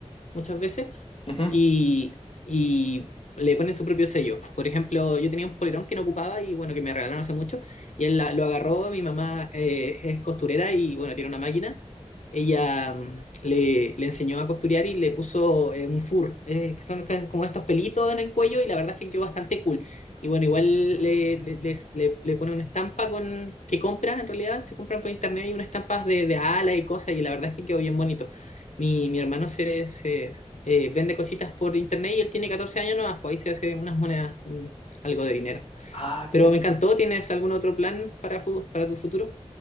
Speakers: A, on the left (about 80°); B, on the left (about 55°).
A: muchas veces
B: Ujú.
A: y, y le ponen su propio sello. Por ejemplo, yo tenía un polerón que no ocupaba y bueno, que me regalaron hace mucho, y él la- lo agarró, mi mamá eh, es costurera y bueno, tiene una máquina, ella mm, le, le enseñó a costurear y le puso eh, un fur, eh, que son ca- como estos pelitos en el cuello y la verdad es que quedó bastante cool. Y bueno, igual le, le, les- le- le pone una estampa con que compra, en realidad se compran por internet y unas estampas de, de alas y cosas y la verdad es que quedó bien bonito. Mi, mi hermano se, se eh, vende cositas por internet y él tiene 14 años nomás, pues ahí se hace unas monedas, un- algo de dinero.
B: Ah,
A: Pero
B: fíjate.
A: me encantó, ¿tienes algún otro plan para, fu- para tu futuro?